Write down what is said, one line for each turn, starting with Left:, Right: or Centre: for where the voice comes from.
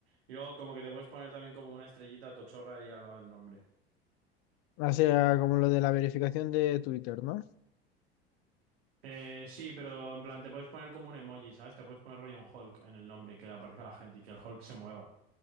Right: Y luego, como que te puedes poner también como una estrellita tochorra ahí al lado del nombre.
Left: Hace ah, como lo de la verificación de Twitter, ¿no?
Right: Eh, sí, pero en plan, te puedes poner como un emoji, ¿sabes? Te puedes poner rollo un Hulk en el nombre y que le aparezca a la gente y que el Hulk se mueva